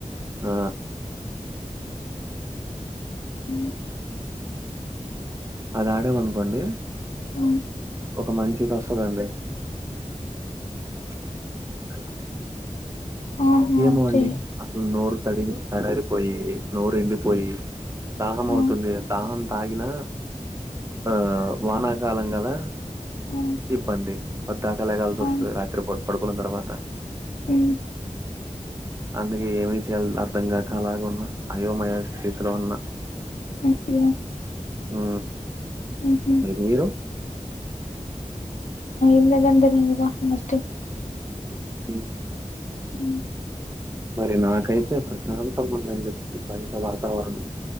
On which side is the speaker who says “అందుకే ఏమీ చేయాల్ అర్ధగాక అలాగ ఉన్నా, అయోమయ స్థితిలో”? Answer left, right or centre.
Right